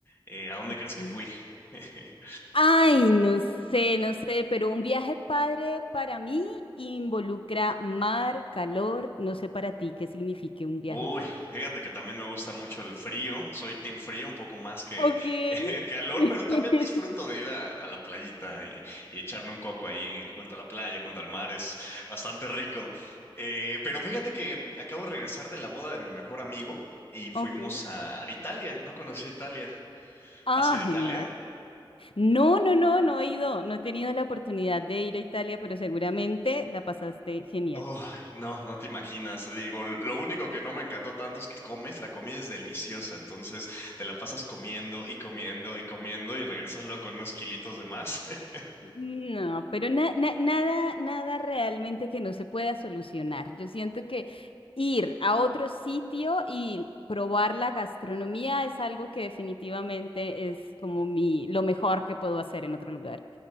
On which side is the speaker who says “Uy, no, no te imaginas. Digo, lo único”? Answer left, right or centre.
Left